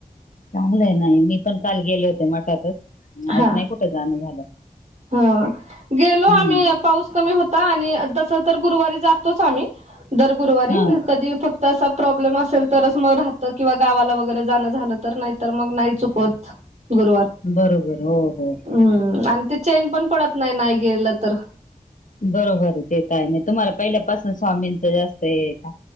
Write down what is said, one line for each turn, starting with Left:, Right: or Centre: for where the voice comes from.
Left: चांगल आहे ना हे, मी पण काल गेले होते मठातच.
Right: हा
Left: आज नाही कुठं जाणं झालं
Right: ह, गेलो
Left: हम्म
Right: आम्ही पाऊस कमी होता आणि तस तर गुरुवारी जातोच आम्ही, दर गुरुवारी
Left: हा
Right: कधी फक्त तसा प्रॉब्लेम असेल तरच मग राहतं किंवा गावाला वगैरे जाणं झालं तर, नाही तर मंग नाही चुकवत गुरवार.
Left: बरोबर हो हो.
Right: हम्म आणि ते चैन पण पडत नाही, नाही गेलं तर.
Left: बरोबर आहे ते तर आहे, नाही तुम्हाला पहिल्यापासून स्वामींच जास्त हे आहे का?